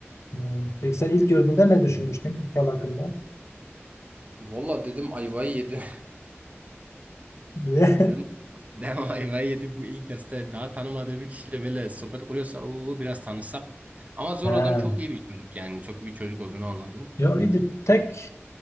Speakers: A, on the left; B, on the right.
A: Hmm. Peki sen ilk gördüğünde ne düşünmüştün ilk yıl hakkında?
B: Valla dedim ayvayı yedi.
A: Niye?
B: <laughs> Dedim
A: <laughs>
B: dedim ayvayı yedi bu ilk derste daha tanımadığı bir kişiyle böyle sohbet kuruyorsa o biraz tanısak. Ama zor
A: Ha.
B: adam çok iyi bir çocuk yani. Çok iyi bir çocuk olduğunu anladım.
A: Yo iyidir. Tek